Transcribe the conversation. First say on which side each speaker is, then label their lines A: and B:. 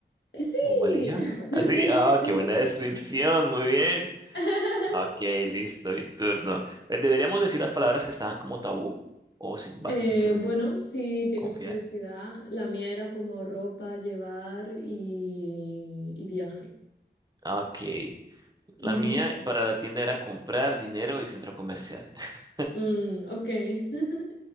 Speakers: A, on the left (about 75°); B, on the right (about 20°).
A: ¡Eh, Sí,
B: o valija.
A: <laughs>
B: Así, ah,
A: sí,
B: qué
A: sí.
B: buena descripción, muy bien.
A: <laughs>
B: Ok, listo, mi turno. Eh, ¿Deberíamos decir las palabras que estaban como tabú o si- basta
A: Eh,
B: simplemente
A: bueno,
B: co-
A: si tienes
B: confiar?
A: curiosidad, la mía era como ropa, llevar y, y viaje.
B: Ok, la
A: Ujú.
B: mía para la tienda era comprar dinero y centro comercial. <laughs>
A: Mm, ok. <laughs>